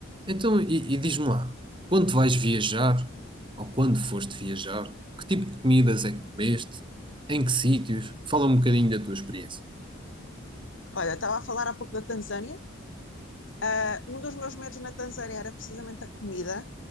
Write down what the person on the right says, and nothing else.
Então, e, e diz-me lá, quando vais viajar, ou quando foste viajar, que tipo de comidas é que comeste? Em que sítios? Fala um bocadinho da tua experiência.